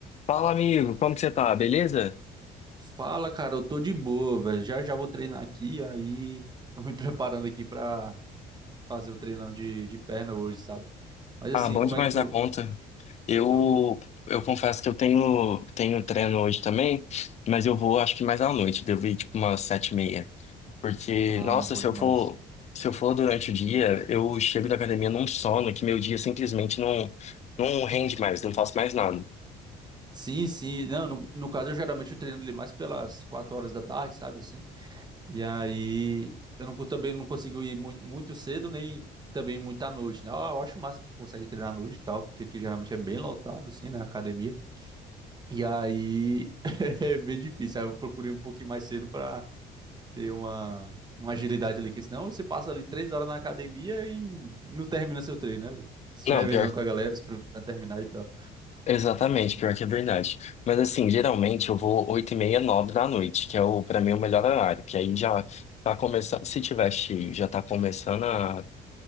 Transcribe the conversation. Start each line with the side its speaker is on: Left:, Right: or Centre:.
Left: Fala, amigo, como que você tá? Beleza?
Right: Fala, cara, eu tô de boa, velho. Já já vou treinar aqui, aí tô me <laughs> preparando aqui pra fazer o treinão de, de perna hoje, sabe? Mas
Left: Ah,
Right: assim,
Left: bom
Right: como
Left: demais
Right: é que tu,
Left: da conta. Eu
Right: tu...
Left: eu confesso que eu tenho tenho treino hoje também, mas eu vou acho que mais à noite, devo ir tipo umas sete e meia. Porque,
Right: Ah,
Left: nossa,
Right: bom
Left: se
Right: demais.
Left: eu for se eu for durante o dia, eu chego da academia num sono que meu dia simplesmente não não rende mais, não faço mais nada.
Right: Sim, sim. Não, no, no caso, eu geralmente eu treino ele mais pelas 4 horas da tarde, sabe assim? E aí eu não, cu- também não consigo ir muito, muito cedo, nem também muito à noite, né? Ah, Eu acho massa que consegue treinar à noite e tal, porque aqui geralmente é bem lotado, assim, na academia. E aí <laughs> é bem difícil. Aí eu procurei um pouquinho mais cedo pra ter uma, uma agilidade ali, que senão você passa ali três horas na academia e, e não termina seu treino, né, velho? Se
Left: Não,
Right: revezando
Left: pior
Right: com a galera, esperando terminar e tal.
Left: Exatamente, pior que é verdade. Mas assim, geralmente eu vou oito e meia, nove da noite, que é o para mim o melhor horário, que aí já tá começando, se tiver cheio, já tá começando a,